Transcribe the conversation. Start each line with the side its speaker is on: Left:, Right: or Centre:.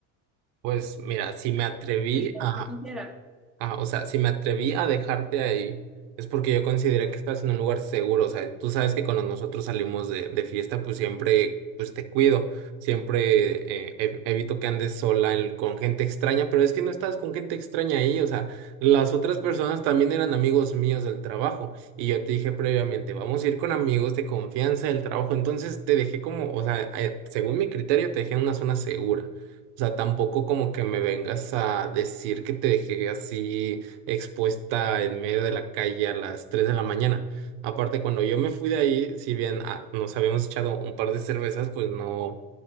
Right: Pues mira, si me atreví
Centre: Deberías
Right: a
Centre: de considerar.
Right: Ah, o sea, si me atreví a dejarte ahí, es porque yo consideré que estás en un lugar seguro. O sea, tú sabes que cuando nosotros salimos de, de fiesta, pues siempre, pues te cuido. Siempre eh, ev- evito que andes sola en- con gente extraña, pero es que no estabas con gente extraña ahí. O sea, las otras personas también eran amigos míos del trabajo. Y yo te dije previamente, vamos a ir con amigos de confianza del trabajo. Entonces te dejé como, o sea, eh, según mi criterio, te dejé en una zona segura. O sea, tampoco como que me vengas a decir que te dejé así expuesta en medio de la calle a las 3 de la mañana. Aparte, cuando yo me fui de ahí, si bien ah, nos habíamos echado un par de cervezas, pues no,